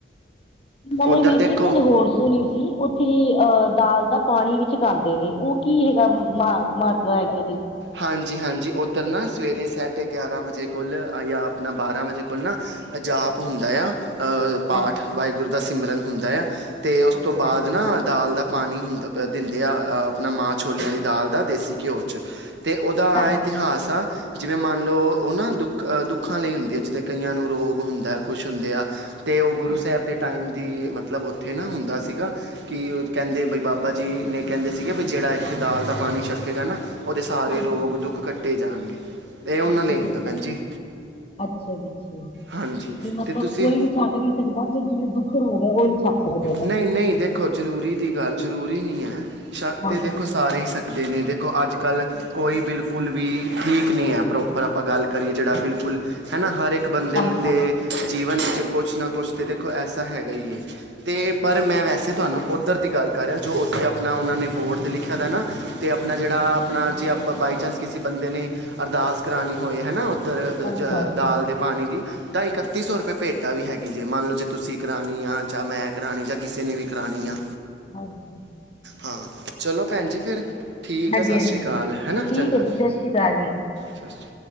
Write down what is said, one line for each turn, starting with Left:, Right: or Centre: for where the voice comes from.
Left: ਨਾਲੇ
Right: ਉਧਰ
Left: ਵੀਰਜੀ,
Right: ਦੇਖੋ
Left: ਇਕ ਗੱਲ ਹੋਰ ਸੁਣੀ ਸੀ ਓ ਉੱਥੇ ਅਹ ਦਾਲ ਦਾ ਪਾਣੀ ਵੀ ਛਕਾਂਦੇ ਨੇ, ਉਹ ਕੀ ਹੈਗਾ ਮ, ਮਹਤਵਵਾ ਹੈਗੇ ਉਹਦੇ।
Right: ਹਾਂਜੀ-ਹਾਂਜੀ, ਉੱਧਰ ਨਾ ਸਵੇਰੇ ਸਾਢੇ ਗਿਆਰਾਂ ਵਜੇ ਕੋਲ ਤਾਂ, ਅਪਣਾ ਬਾਰਾਂ ਵਜੇ ਕੋਲ ਨਾ ਅਜਾਪ
Left: ਹਾਂਜੀ-ਹਾਂਜੀ,
Right: ਹੁੰਦਾ ਯਾ, ਅਹ ਪਾਠ,
Left: ਹਾਂਜੀ-ਹਾਂਜੀ,
Right: ਵਾਹਿਗੁਰੂ ਦਾ ਸਿਮਰਨ ਹੁੰਦਾ ਯਾ। ਤੇ ਉਸ
Left: ਹਾਂਜੀ,
Right: ਤੋਂ ਬਾਅਦ ਨਾ ਦਾਲ ਦਾ ਪਾਣੀ ਹੁੰਦਾ ਦਿੰਦੇ ਆ, ਅ ਆਪਣਾ ਮਾਂ ਛੋਲਿਆਂ ਦੀ ਦਾਲ ਦਾ, ਦੇਸੀ ਘਿਓ'ਚ ਤੇ ਉਹਦਾ
Left: ਹਾਂਜੀ-ਹਾਂਜੀ,
Right: ਇਤਿਹਾਸ ਆ ਜਿਵੇਂ ਮੰਨ ਲਓ, ਉਹ ਨਾ ਦੁੱਖਾਂ ਲਈ ਹੁੰਦੀ ਆ, ਜਿਦਾਂ ਕਈਆਂ ਨੂੰ ਰੋਗ ਹੁੰਦਾ ਕੁਛ ਹੁੰਦੇ ਆ, ਤੇ ਉਹ ਗੁਰੂ
Left: ਹਾਂਜੀ,
Right: ਸਾਹਿਬ ਦੇ ਟਾਈਮ ਦੀ, ਮਤਲਬ ਉੱਥੇ ਨਾ ਹੁੰਦਾ ਸੀਗਾ ਕਿ ਉਹ ਕਹਿੰਦੇ, ਬਈ ਬਾਬਾ ਜੀ ਨੇ ਕਹਿੰਦੇ ਸੀਗੇ ਵੀ ਜਿਹੜਾ ਇੱਥੇ ਦਾਲ ਦਾ ਪਾਣੀ ਛਕੇੇਗਾ ਨਾ, ਉਹਦੇ ਸਾਰੇ
Left: ਹਾਂਜੀ-ਹਾਂਜੀ,
Right: ਰੋਗ, ਦੁੱਖ ਕੱਟੇ ਜਾਣਗੇ। ਏ ਉਹਨਾਂ
Left: ਅੱਛਾ
Right: ਲਈ
Left: ਜੀ
Right: ਹੁੰਦਾ,
Left: ਅੱਛਾ,
Right: ਭੈਣਜੀ।
Left: ਅੱਛਾ ਜੀ, ਅੱਛਾ।
Right: ਹਾਂਜੀ
Left: ਬੀ, ਮਤਲਬ
Right: ਤੇ ਤੁਸੀਂ
Left: ਕੋਈ ਵੀ ਛੱਕ ਨਹੀਂ ਸਕਦਾ, ਸਿਰਫ ਜਿਨੁੰ ਦੁੱਖ, ਰੋਗ ਹੈ, ਓਹੀ ਛੱਕ ਸਕਦੇ ਨੇ।
Right: ਨਹੀਂ-ਨਹੀਂ ਦੇਖੋ ਜ਼ਰੂਰੀ ਦੀ ਗੱਲ, ਜ਼ਰੂਰੀ ਨਹੀਂ ਹੈ, ਛਕ
Left: ਹਾਂਜੀ-ਹਾਂਜੀ।
Right: ਤੇ ਦੇ ਸਾਰੇ ਈ ਸਕਦੇ ਨੇ, ਦੇਖੋ ਅੱਜ-ਕੱਲ, ਕੋਈ ਬਿਲਕੁਲ ਵੀ ਠੀਕ ਨਹੀਂ ਹੈ ਪ੍ਰੋ ਪਰ ਆਪਾਂ ਗੱਲ ਕਰੀਏ, ਜਿਹੜਾ ਬਿਲਕੁਲ ਹੈਨਾ, ਹਰ ਇੱਕ ਬੰਦੇ
Left: ਹਾਂਜੀ-ਹਾਂਜੀ,
Right: ਦੇ ਜੀਵਨ ਵਿੱਚ ਕੁਛ ਨਾ ਕੁਛ ਤਾ ਦੇਖੋ, ਐਸਾ ਹੈਗਾ ਈ ਏ। ਤੇ
Left: ਹਾਂਜੀ-ਹਾਂਜੀ,
Right: ਪਰ ਮੈਂ ਵੈਸੇ ਤੁਹਾਨੂੰ ਉੱਧਰ ਦੀ ਗੱਲ ਕਰ ਰਿਹਾ, ਜੋ ਉੱਥੇ ਆਪਣਾ ਉਹਨਾਂ ਨੇ ਬੋਰਡ 'ਤੇ ਲਿਖਿਆਦਾ ਨਾ ਤੇ ਆਪਣਾ ਜਿਹੜਾ, ਆਪਣਾ ਜੇ ਆਪਾਂ ਬਾਈਚਾਂਸ ਕਿਸੇ ਬੰਦੇ ਨੇ ਅਰਦਾਸ ਕਰਾਣੀ ਹੋਏ ਹੈਨਾ
Left: ਹਾਂਜੀ-ਹਾਂਜੀ,
Right: ਦਾਲ ਦੇ ਪਾਣੀ ਦੀ, ਤਾਂ ਇਕੱਤੀ-ਸੋ ਰੁਪਏ ਭੇਟਾਂ ਵੀ ਹੈਗੀ ਜੇ, ਮੰਨ ਲਓ ਜੇ ਤੁਸੀਂ ਕਰਾ ਆ, ਚਾ ਮੈਂ ਕਰਾਣੀ, ਜਾਂ ਕਿਸੇ ਨੇ ਵੀ ਕਰਾਣੀ ਆ,
Left: ਹਾਂਜੀ-ਹਾਂਜੀ।
Right: ਹਾਂ। ਚਲੋ ਭੈਣ ਜੀ ਫਿਰ, ਠੀਕ
Left: ਹਾਂਜੀ-ਹਾਂਜੀ
Right: ਹੈ, ਸਤਿ ਸ਼੍ਰੀ ਅਕਾਲ। ਹੈਨਾ,
Left: ਠੀਕ
Right: ਚੰਗਾ।
Left: ਹੈ ਜੀ ਸਤਿ ਸ਼੍ਰੀ ਅਕਾਲ ਜੀ।
Right: ਸ਼੍ਰੀ ਅਕਾਲ